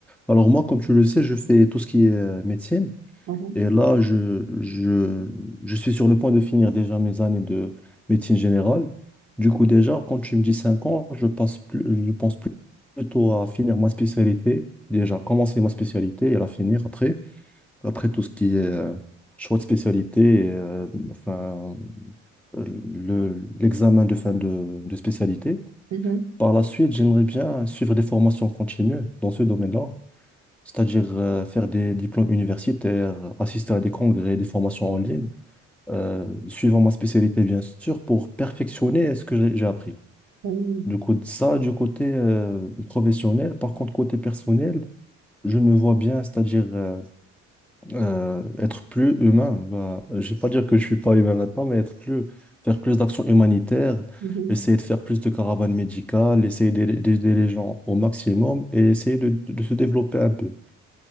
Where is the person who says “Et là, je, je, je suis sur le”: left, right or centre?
Centre